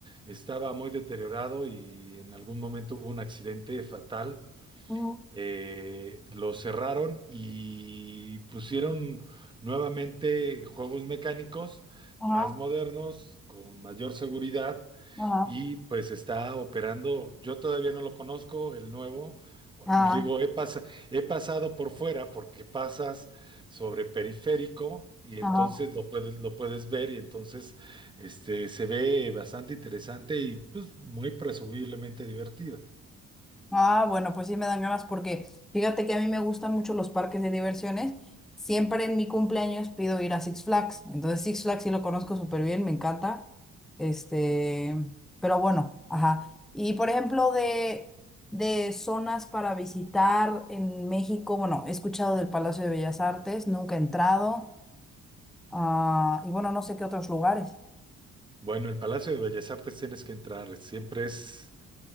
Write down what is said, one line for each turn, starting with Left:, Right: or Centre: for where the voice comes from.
Right: estaba muy deteriorado y en algún momento hubo un accidente fatal.
Centre: no?
Right: Eh, lo cerraron y pusieron nuevamente juegos mecánicos
Centre: Ajá,
Right: más modernos, con mayor seguridad
Centre: ajá,
Right: y pues está operando, yo todavía no lo conozco, el nuevo,
Centre: ajá,
Right: digo, he, pas- he pasado por fuera porque pasas sobre periférico y entonces
Centre: ajá.
Right: lo puedes, lo puedes ver y entonces este, se ve bastante interesante y pues muy presumiblemente divertido.
Centre: Ah, bueno, pues sí me dan ganas porque fíjate que a mí me gustan mucho los parques de diversiones. Siempre en mi cumpleaños pido ir a Six Flags. Entonces Six Flags sí lo conozco súper bien, me encanta. Este, pero bueno, ajá. Y por ejemplo, de, de zonas para visitar en México, bueno, he escuchado del Palacio de Bellas Artes, nunca he entrado. Ah, y bueno, no sé qué otros lugares.
Right: Bueno, el Palacio de Bellas Artes tienes que entrar, siempre es,